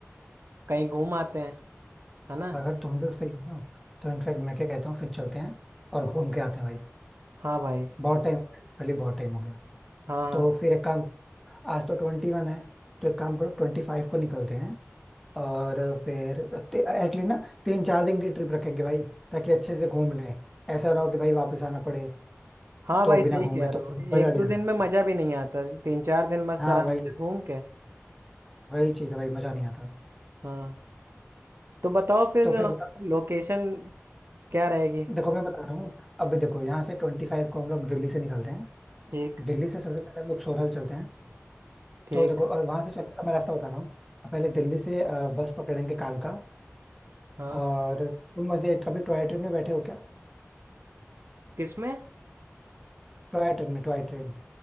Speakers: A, on the right; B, in the centre.
A: कहीं घूम आते हैं है ना
B: अगर तुम भी फ्री हो ना तो इनफैक्ट मैं क्या कहता हूँ फिर चलते हैं और घूम के आते हैं भाई
A: हाँ भाई
B: बहुत टाइम लिटरली बहुत टाइम हो गया
A: हाँ हाँ
B: तो फिर एक काम आज तो ट्वेंटी वन है तो एक काम करो ट्वेंटी फाइव को निकलते हैं और फिर एटलीस्ट ना तीन चार दिन की ट्रिप रखेंगे भाई ताकि अच्छे से घूम लें ऐसा ना हो कि भाई वापस आना पड़े
A: हाँ
B: तो
A: भाई
B: बिना
A: सही
B: घूमे
A: कह रहे
B: तो
A: हो
B: मजा
A: एक
B: नहीं
A: दो
B: आ
A: दिन
B: रहा
A: में मज़ा भी नहीं आता तीन चार दिन मस्त
B: हाँ
A: आराम
B: वही
A: से घूम के
B: वही चीज भाई मजा नहीं आता
A: हाँ तो बताओ फिर
B: तो फिर बताओ
A: लोकेशन क्या रहेगी
B: देखो मैं बता रहा हूँ अभी देखो यहाँ से ट्वेंटी फाइव को हम लोग दिल्ली से निकलते हैं
A: ठीक
B: दिल्ली से सबसे पहले हम लोग सोरल चलते हैं
A: ठीक
B: तो देखो और वहां से चलने का मैं रास्ता बता रहा हूँ पहले दिल्ली से अ, बस पकड़ेंगे कालका
A: हाँ
B: और तुम वैसे कभी टॉय ट्रेन में बैठे हो क्या
A: किसमें
B: टॉय ट्रेन में टॉय ट्रेन